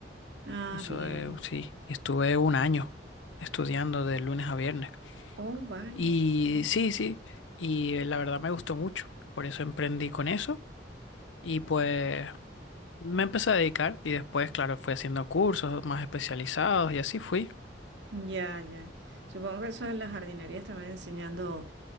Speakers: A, on the right; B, on the left.
A: Ah,
B: Eso
A: bien.
B: eh, sí, estuve un año estudiando de lunes a viernes.
A: Oh, vale,
B: Y
A: qué bien.
B: sí, sí, y la verdad me gustó mucho. Por eso emprendí con eso. Y pues Me empecé a dedicar y después, claro, fui haciendo cursos más especializados y así fui.
A: Ya, ya. Supongo que eso en las jardinerías también enseñando,